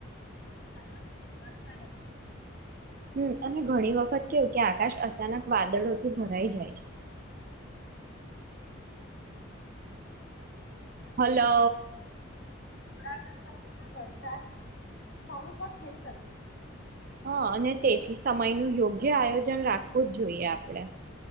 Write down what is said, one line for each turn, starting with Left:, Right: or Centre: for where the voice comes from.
Left: કરવાથી <unintelligible>
Right: હમ્મ અને ઘણી વખત કેવું કે આકાશ અચાનક વાદળોથી ભરાઈ જાય છે. <inaudible> હલો
Left: થોડાક જ સમયમાં વરસાદ સારું પણ થઈ શકે છે.
Right: હા અને તેથી સમય નું યોગ્ય આયોજન રાખવું જ જોઈએ આપડે.